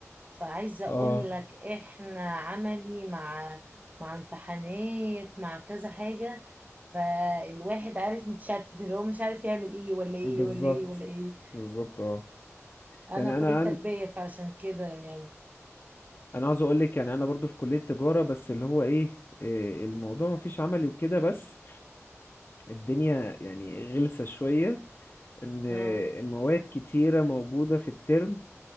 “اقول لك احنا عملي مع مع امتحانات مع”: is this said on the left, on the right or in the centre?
Right